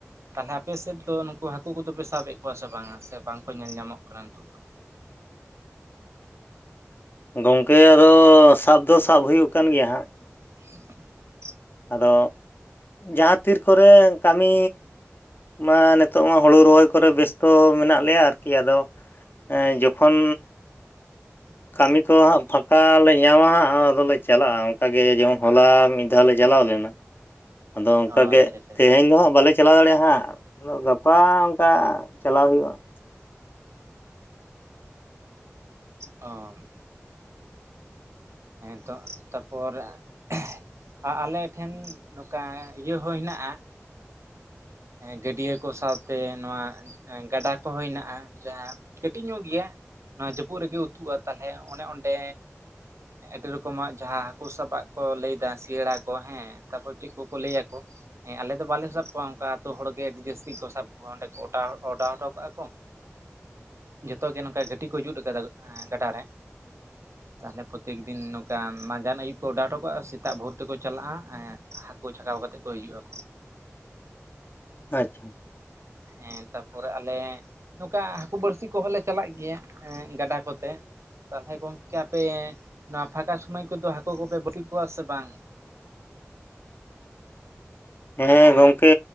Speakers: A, on the right; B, on the left.
A: ᱛᱟᱞᱦᱮ ᱟᱯᱮ ᱥᱮᱫ ᱫᱚ ᱱᱩᱠᱩ ᱦᱟᱹᱠᱩ ᱠᱚᱫᱚ ᱯᱮ ᱥᱟᱵᱮᱫ ᱠᱚᱣᱟ ᱥᱮ ᱵᱟᱝᱟ, ᱥᱮ ᱵᱟᱝᱠᱚ ᱧᱮᱞ ᱧᱟᱢᱚᱜ ᱠᱟᱱᱟ ᱱᱤᱛᱚᱜ ᱫᱚ?
B: ᱜᱚᱝᱠᱮ ᱟᱫᱚ ᱥᱟᱵ ᱫᱚ ᱥᱟᱵ ᱦᱩᱭᱩᱜᱼᱼ ᱠᱟᱱ ᱜᱮᱭᱟ ᱦᱟᱜ ᱾
A: <inaudible>
B: ᱟᱫᱚ ᱡᱟᱦᱟᱸ ᱛᱤᱨ ᱠᱚᱨᱮ ᱠᱟᱹᱢᱤᱼᱼ ᱢᱟ ᱱᱤᱛᱚᱜ ᱢᱟ ᱦᱩᱲᱩ ᱨᱚᱦᱚᱭ ᱠᱚ ᱨᱮ ᱵᱮᱥᱛᱚ ᱢᱮᱱᱟᱜ ᱞᱮᱭᱟ, ᱟᱨᱠᱤ ᱟᱫᱚᱼᱼ ᱮᱸ ᱡᱚᱠᱷᱚᱱᱼᱼ
A: <unintelligible>
B: ᱠᱟᱹᱢᱤ ᱠᱚ ᱦᱟᱸᱜ ᱯᱷᱟᱠᱟ ᱞᱮ ᱧᱟᱢᱟ ᱦᱟᱸᱜ, ᱟᱫᱚ ᱞᱮ ᱪᱟᱞᱟᱜᱼᱟ ᱚᱝᱠᱟᱜ ᱜᱮ ᱡᱮᱢᱚᱱ ᱦᱚᱞᱟ ᱢᱤᱫ ᱫᱷᱟᱣ ᱞᱮᱼᱼ ᱪᱟᱞᱟᱣ ᱞᱮᱱᱟ, ᱟᱫᱚ ᱚᱱᱠᱟ
A: ᱚ
B: ᱜᱮ
A: ᱟᱪᱪᱷᱟ ᱟᱪᱪᱷᱟ
B: ᱛᱮᱦᱮᱧ ᱫᱚ ᱦᱟᱸᱜ ᱵᱟᱞᱮ ᱪᱟᱞᱟᱣ ᱫᱟᱲᱮᱭᱟᱜᱼᱟ ᱦᱟᱸᱜ ᱾ ᱩᱱᱫᱳ ᱜᱟᱯᱟ ᱚᱱᱠᱟ ᱪᱟᱞᱟᱣ ᱦᱩᱭᱩᱜᱼᱟ ᱾
A: ᱚᱸ ᱦᱮᱸ ᱛᱚ ᱛᱟᱯᱚᱨᱮ <inaudible> ᱟᱞᱮ ᱴᱷᱮᱱ ᱱᱚᱝᱠᱟ ᱤᱭᱟᱹ ᱦᱚᱸ ᱦᱮᱱᱟᱜᱼᱟᱼᱼ ᱜᱟᱹᱰᱤᱭᱟᱹ ᱠᱚ ᱥᱟᱶᱛᱮ ᱱᱚᱣᱟᱼᱼ ᱜᱟᱰᱟ ᱠᱚ ᱦᱚᱸ ᱦᱮᱱᱟᱜᱼᱟ, ᱡᱟᱦᱟᱸ ᱠᱟᱹᱴᱤᱡ ᱧᱚᱜ ᱜᱮᱭᱟ ᱾ ᱱᱚᱣᱟ ᱡᱟᱹᱯᱩᱫ ᱨᱮᱜᱮ ᱩᱛᱩᱜᱼᱟ ᱛᱟᱞᱦᱮ ᱚᱱᱮ ᱚᱸᱰᱮᱼᱼ ᱟᱹᱰᱤ ᱨᱚᱠᱚᱢᱟᱜ ᱡᱟᱦᱟᱸ ᱦᱟᱹᱠᱩ ᱥᱟᱵᱟᱜ ᱠᱚ ᱞᱟᱹᱭᱮᱫᱟ ᱥᱤᱭᱟᱹᱲᱟ ᱠᱚ ᱦᱮᱸ, ᱛᱟᱯᱚᱨᱮ ᱪᱮᱫ ᱠᱚᱠᱚ ᱞᱟᱹᱭᱟ ᱠᱚ ᱾ ᱦᱮᱸ ᱟᱞᱮ ᱫᱚ ᱵᱟᱞᱮ ᱥᱟᱵ ᱠᱚᱣᱟ ᱚᱱᱠᱟ ᱟᱛᱩ ᱦᱚᱲᱜᱮ ᱟᱹᱰᱤ ᱡᱟᱹᱥᱛᱤ ᱠᱚ ᱥᱟᱵ ᱠᱚᱣᱟ, ᱚᱸᱰᱮ ᱠᱚ ᱚᱰᱟᱣ ᱦᱚᱴᱚ ᱠᱟᱜᱼᱟ ᱠᱚᱼᱼ ᱡᱚᱛᱚ ᱜᱮ ᱱᱚᱝᱠᱟ ᱜᱷᱟᱹᱴᱤ ᱠᱚ ᱡᱩᱛ ᱠᱟᱫᱟ ᱜᱟᱰᱟᱨ ᱨᱮ ᱛᱟᱞᱦᱮᱼᱼ ᱯᱨᱚᱛᱛᱮᱠ ᱫᱤᱱ ᱱᱚᱝᱠᱟ ᱢᱟᱸᱡᱟᱱ ᱟᱹᱭᱩᱵ ᱠᱚ ᱚᱰᱟᱣ ᱦᱚᱴᱚ ᱠᱟᱜᱼᱟ, ᱥᱮᱛᱟᱜ ᱵᱷᱩᱨ ᱛᱮᱠᱚ ᱪᱟᱞᱟᱜᱼᱟ ᱾ ᱦᱟᱹᱠᱩ ᱪᱷᱟᱠᱟᱣ ᱠᱟᱛᱮᱜ ᱠᱚ ᱦᱤᱡᱩᱜ ᱟᱠᱚ ᱾
B: ᱟᱪᱪᱷᱟ ᱾
A: ᱦᱮᱸ ᱛᱟᱨᱯᱚᱨᱮ ᱟᱞᱮᱼᱼ ᱱᱚᱝᱠᱟ ᱦᱟᱹᱠᱩ ᱵᱟᱹᱲᱥᱤ ᱠᱚ ᱦᱚᱸ ᱞᱮ ᱪᱟᱞᱟᱜ ᱜᱮᱭᱟ ᱜᱟᱰᱟ ᱠᱚᱛᱮ ᱾ ᱛᱟᱞᱦᱮ ᱜᱚᱝᱠᱮ ᱟᱯᱮ, ᱱᱚᱣᱟ ᱯᱷᱟᱠᱟ ᱥᱩᱢᱟᱹᱭ ᱠᱚᱫᱚ ᱦᱟᱹᱠᱩ ᱠᱚ ᱯᱮ ᱵᱟᱹᱲᱥᱤ ᱠᱚᱣᱟ ᱥᱮ ᱵᱟᱝ?
B: ᱦᱮᱸ ᱜᱚᱝᱠᱮ